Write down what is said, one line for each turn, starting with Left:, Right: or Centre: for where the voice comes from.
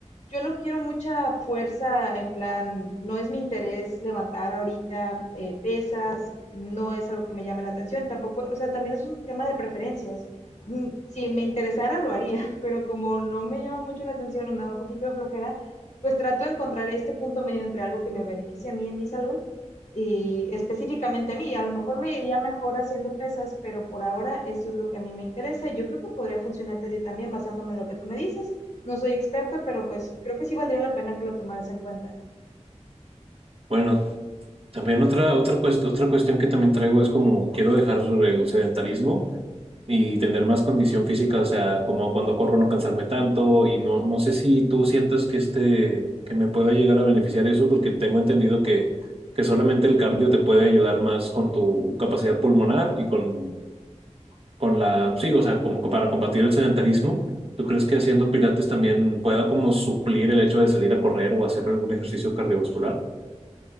Left: yo no quiero mucha fuerza en plan, no es mi interés levantar ahorita eh, pesas, no es algo que me llame la atención, tampoco, o sea, también es un tema de preferencias mm, si me interesara lo haría, <laughs> pero como no me llama mucho la atención o me da un poquito de flojera, pues trato de encontrar este punto medio entre algo que me beneficie a mí en mi salud y específicamente a mí. A lo mejor me iría mejor haciendo pesas, pero por ahora eso es lo que a mí me interesa y yo creo que podría funcionarte a ti también basándome en lo que tú me dices. No soy experta, pero pues creo que sí valdría la pena que lo tomaras en cuenta.
Right: Bueno, También otra, otra, cuest- otra cuestión que también traigo es como quiero dejar el sedentarismo y tener más condición física, o sea, como cuando corro no cansarme tanto y no, no sé si tú sientas que este, que me pueda llegar a beneficiar eso, porque tengo entendido que, que solamente el cardio te puede ayudar más con tu capacidad pulmonar y con, con la, sí, o sea, como para combatir el sedentarismo. ¿Tú crees que haciendo pilates también pueda como suplir el hecho de salir a correr o hacer algún ejercicio cardiovascular?